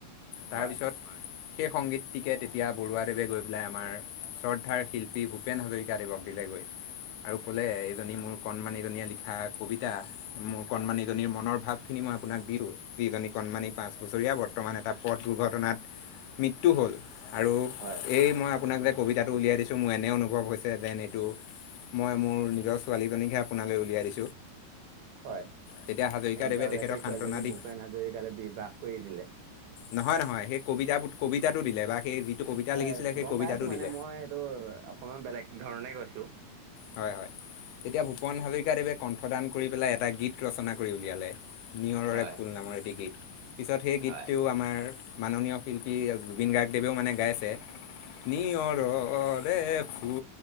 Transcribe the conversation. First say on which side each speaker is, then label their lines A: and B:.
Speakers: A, on the left (about 85°); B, on the right (about 85°).
A: তাৰপিছত-
B: হয়
A: সেই সংগীতটিকে তেতিয়া বৰুৱাদেৱে গৈ পেলাই আমাৰ শ্ৰদ্ধাৰ শিল্পী ভূপেন হাজৰিকাদেৱক দিলেগৈ।
B: <unintelligible>
A: আৰু ক'লে, এইজনী মোৰ কণমানি জনীয়ে লিখা কবিতা। মোৰ কণমানিজনীৰ মনৰ ভাৱ খিনি মই আপোনাক দিলো, যিজনী কণমানি পাঁচ বছৰীয়া। বৰ্তমান এটা- পথ দুৰ্ঘটনাত মৃত্যু হ'ল আৰু-
B: হয়।
A: এই মই আপোনাক যে কবিতাটো উলিয়াই দিছোঁ মোৰ এনে অনুভৱ হৈছে, যেন এইটো মই মোৰ নিজৰ ছোৱালীকহে আপোনালৈ উলিয়াই দিছোঁ।
B: হয়,
A: তেতিয়া হাজৰিকাদেৱে
B: তেন্তে হলে
A: তেখেতক
B: সেই ছোৱালীজনীক
A: সান্তনা দি
B: ভূপেন হাজৰিকালে বিবাহ কৰি দিলে।
A: নহয়, নহয় সেই কবিতা কবিতাটো দিলে, বা সেই কবিতা
B: হয়,
A: লিখিছিলে সেই
B: গম
A: কবিতাটো
B: পাই আছো মানে
A: দিলে
B: মই সেইটো অকমান বেলেগ ধৰণে কৈছো।
A: হয় হয়। তেতিয়া ভূপনাজৰিক দেৱে কণ্ঠদান কৰি পেলাই এটা গীত ৰচনা কৰি উলিয়ালে নিয়ৰৰে
B: হয়
A: ফুল নামৰ এটি গীত। পিছত সেই গীতটোও
B: হয়
A: আমাৰ মাননীয় শিল্পী জুবিন গাৰ্গদেৱেও মানে গাইছে। নিয়, ৰে, ফুল